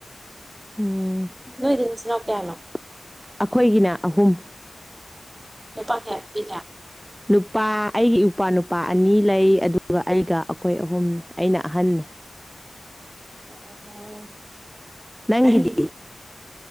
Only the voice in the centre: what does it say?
ꯎꯝ ꯑꯩꯈꯣꯏꯒꯤꯅ
ꯑꯍꯨꯝ
ꯅꯨꯄꯥ ꯑꯩꯒꯤ ꯏꯄꯥ ꯅꯨꯄꯥ ꯑꯅꯤ ꯂꯩ ꯑꯗꯨꯒ ꯑꯩꯒ ꯑꯩꯈꯣꯏ ꯑꯍꯨꯝꯅꯤ ꯑꯩꯅ ꯑꯍꯟ
ꯅꯪꯗ